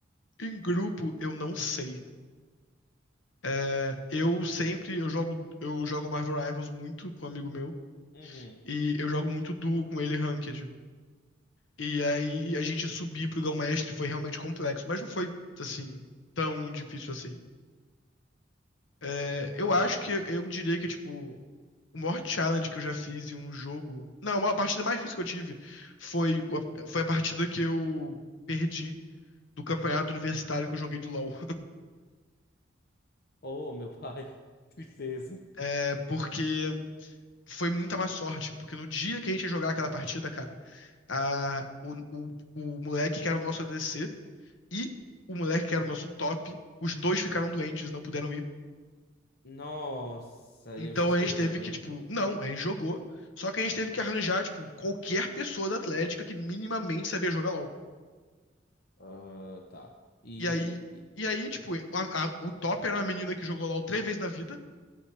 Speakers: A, on the left; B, on the left.
A: em grupo, eu não sei. É, eu sempre, eu jogo, eu jogo Marvel Rivals muito com um amigo meu.
B: Uhum.
A: E eu jogo muito duo com ele ranked. E aí a gente subir pro Grão-Mestre foi realmente complexo, mas não foi, assim, tão difícil assim. É, eu
B: Tá.
A: acho que eu diria que, tipo, o maior challenge que eu já fiz em um jogo. Não, a maior partida mais difícil que eu tive foi, o- foi a partida que eu perdi do campeonato universitário que eu joguei de LoL.
B: Oh, meu pai. <laughs> Tristeza.
A: É, porque. Foi muita má sorte, porque no dia que a gente ia jogar aquela partida, cara, a, o, o, o moleque que era o nosso ADC e o moleque que era o nosso top, os dois ficaram doentes, não puderam ir.
B: Nossa,
A: Então
B: e aí vocês
A: a
B: perderam.
A: gente teve que, tipo, não, a gente jogou. Só que a gente teve que arranjar, tipo, qualquer pessoa da Atlética que minimamente sabia jogar LOL.
B: Ah, tá. E,
A: E aí,
B: e-
A: e aí, tipo, a- a- o top era uma menina que jogou LOL três vezes na vida,